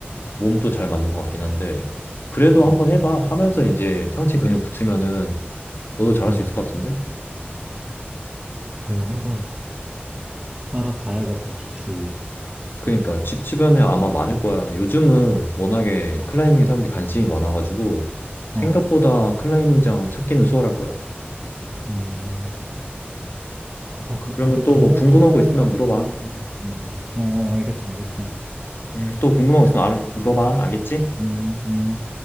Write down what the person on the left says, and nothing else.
몸도 잘 맞는 것 같긴 한데 그래도
한번 해봐 하면서 이제 상체 근육 붙으면은 너도 잘할
수 있을 것 같은데?
그러니까 집 주변에 아마 많을 거야. 요즘은 워낙에
클라이밍에 사람들이 관심이 많아가지고 생각보다
클라이밍장 찾기는 수월할 거야.
그러면
또
뭐 궁금한
거 있으면
물어봐.
음, 또 궁금한 거 있으면 알- 물어봐. 알겠지?